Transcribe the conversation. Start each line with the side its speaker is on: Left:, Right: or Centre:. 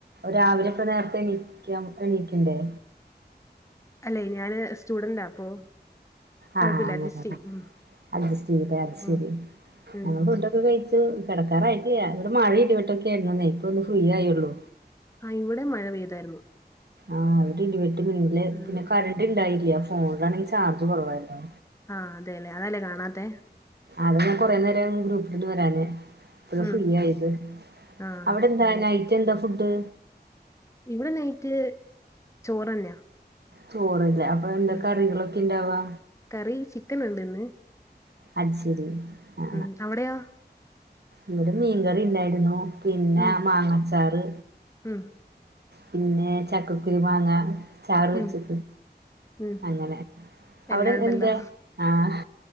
Right: രാവിലെ ഇപ്പം നേരത്തെ എണീക്ക എണീക്കണ്ടേ
Left: അല്ലെ ഞാന് സ്റ്റുഡന്റാ അപ്പൊ കൊഴപ്പില്ല
Right: ആഹ് ആഹ് അങ്ങനെലേ
Left: അഡ്ജസ്റ്റ് ചെയ്യും ഉം
Right: അഡ്ജസ്റ്റ് ചെയ്തിട്ടെ അത് ശരി
Left: ഉം ഉം
Right: ഞങ്ങൾ ഫുഡ് ഡ് കഴിച്ചു കിടക്കാറായിട്ടില്ല ഇവിടെ മഴ ഇടിവട്ടൊക്കെ ആയിരുന്നുന്നേ ഇപ്പൊ ഒന്ന് ഫ്രീ ആയൊള്ളൂ
Left: ആഹ് ഇവിടെ മഴ പെയ്തായിരുന്നു
Right: ആഹ് ഇടി വെട്ട് പിന്നില്
Left: ഉം
Right: പിന്നെ കറണ്ട് ഉണ്ടായില്ല ഫോണിലാണെങ്കിൽ ചാർജ് കുറവായിരുന്നു
Left: ആഹ് അതെല്ലെ അതാല്ലേ കാണാത്തെ
Right: അത ഞാൻ കുറെ നേരം ഗ്രൂപ്പില് വരാഞ്ഞേ ഇപയ
Left: ഉം
Right: ഫ്രീ ആയത്
Left: ആഹ്
Right: അവിടെ എന്താ
Left: അങ്ങനെ
Right: നൈറ്റ് എന്താ ഫുഡ്
Left: ഇവിടെ നൈറ്റ് ചോറന്നെയാ
Right: ചോറല്ലേ അപ്പൊ എന്താ
Left: ഉം
Right: കറികളൊക്കെ ഇണ്ടാവാ
Left: കറി ചിക്കൻ ഉണ്ട്ന്ന്
Right: അത് ശരി ആ
Left: ഉം അവിടെയോ
Right: ഇവിടെ മീൻകറി ഇണ്ടായിരുന്നു പിന്നെ
Left: ഉം
Right: മാങ്ങച്ചാറ്
Left: ഉം
Right: പിന്നെ ചക്കക്കുരു മാങ്ങ ചാറ്
Left: ഉം
Right: വെച്ചിട്ട്
Left: ഉം
Right: അങ്ങനെ അവിടെ
Left: എല്ലാം ഉണ്ടല്ലോ
Right: എന്താ ആഹ്